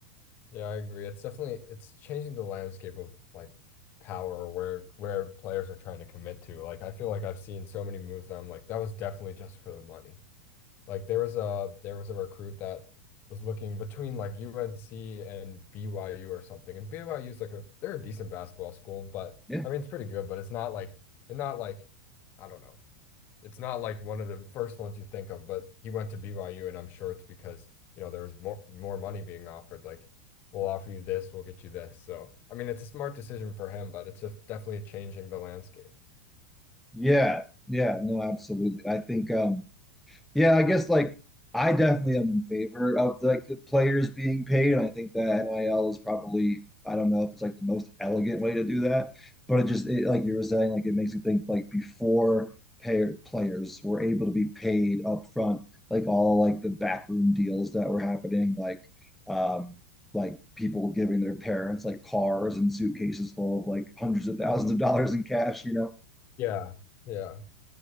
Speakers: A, on the left (about 35°); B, in the centre.
A: yeah, I agree. It's definitely it's changing the landscape of like power or where where players are trying to commit to. Like I feel like I've seen so many moves that I'm like, that was definitely just for the money. Like there was a there was a recruit that was looking between like UNC and BYU or something. And BYU is like a they're a decent basketball school, but
B: yeah
A: I mean it's pretty good, but it's not like it's not like I don't know. It's not like one of the first ones you think of, but he went to BYU and I'm sure it's because, you know, there was more more money being offered. Like, we'll offer you this, we'll get you this. So, I mean, it's a smart decision for him, but it's just definitely changing the landscape.
B: yeah yeah no absolutely i think um Yeah, I guess like I definitely am in favor of like the players being paid. And I think that NIL is probably, I don't know if it's like the most elegant way to do that, but it just it, like you were saying, like it makes you think like before payer players were able to be paid up front, like all like the backroom deals that were happening, like um like people giving their parents like cars and suitcases full of like hundreds of thousands of dollars in cash, you know?
A: Yeah. Yeah.